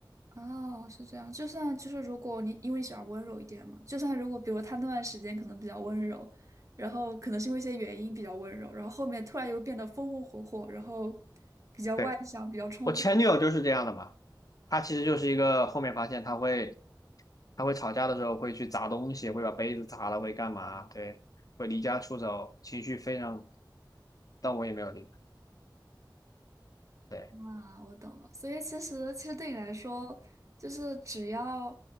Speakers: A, on the right (about 40°); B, on the left (about 50°).
A: 哦，是这样。就算就是，如果你因为你喜欢温柔一点嘛，就算如果比如他那段时间可能比较温柔，然后可能是因为一些原因比较温柔，然后后面突然又变得风风火火，然后比较外向，
B: 对，
A: 比较冲动
B: 我前女友就是这样的嘛，她其实就是一个后面发现她会，她会吵架的时候会去砸东西，会把杯子砸了，会干嘛，对，会离家出走，情绪非常，但我也没有离开。对。
A: 啊，我懂了。所以其实其实对你来说，就是只要，